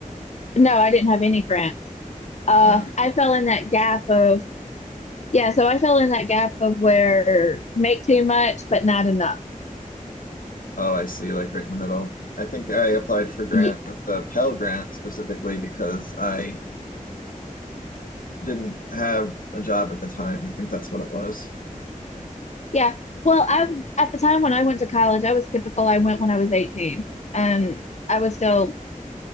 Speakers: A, on the left; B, on the left.
A: No, I didn't have any grants. Uh,
B: Uh,
A: I fell in that gap of, yeah, so I fell in that gap of where make too much, but not enough.
B: oh, I see. Like right in the middle. I think I applied for grant
A: Ye-
B: the Pell Grant specifically because I didn't have a job at the time. I think that's what it was.
A: Yeah. Well, I at the time when I went to college, I was typical. I went when I was 18. Um, I was still